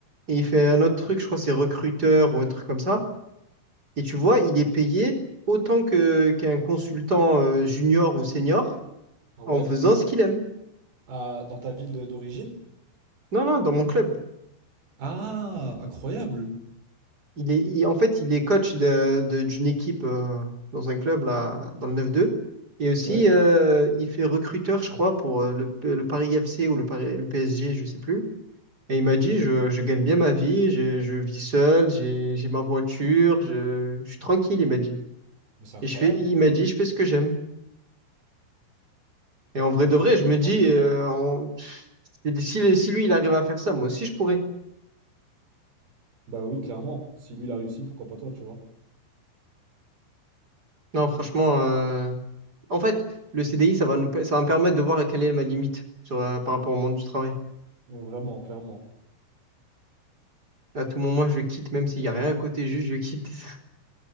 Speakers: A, on the right (about 25°); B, on the right (about 60°).
A: et il fait un autre truc, je crois que c'est recruteur ou un truc comme ça. Et tu vois, il est payé autant que qu'un consultant euh, junior ou senior
B: Ah ouais?
A: en faisant ce qu'il aime.
B: Ah, dans ta ville d'origine?
A: Non, non, dans mon club.
B: Ah, incroyable.
A: Il est, il- en fait, il est coach de- de- d'une équipe euh, dans un club là, dans le 9-2. Et aussi,
B: Ouais.
A: euh, il fait recruteur, je crois, pour euh, le, le Paris FC ou le, Paris- le PSG, je sais plus. Et il m'a dit, je, je gagne bien ma vie, je, je vis seul, j'ai, j'ai ma voiture, je, je suis tranquille, il m'a dit.
B: Mais c'est incroyable.
A: Et je fais, il m'a dit, je fais ce que j'aime. Et en vrai
B: Mais
A: de vrai,
B: c'est c'est
A: je
B: incroyable.
A: me dis, euh, on- si, si si lui, il arrive à faire ça, moi aussi, je pourrais.
B: Bah oui, clairement. Si lui, il a réussi, pourquoi pas toi, tu vois?
A: Non, franchement,
B: C'est ça.
A: euh, en fait, le CDI, ça va nous, ça va me permettre de voir quelle est ma limite sur, euh, par rapport au monde du travail.
B: Vraiment, clairement.
A: À tout moment, je quitte, même s'il n'y a rien à côté, juste je quitte. <laughs>